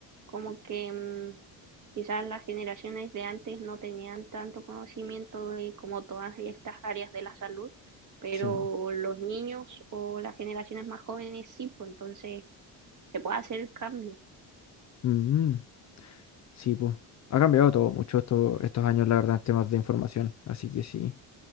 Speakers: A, on the right; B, on the left.
A: como que mm, quizás las generaciones de antes no tenían tanto conocimiento de como todas estas áreas de la salud, pero
B: Sí.
A: los niños o las generaciones más jóvenes sí, pues entonces se puede hacer el cambio.
B: Mm, sí, pues. Ha cambiado todo mucho esto- estos años, la verdad, en temas de información. Así que sí.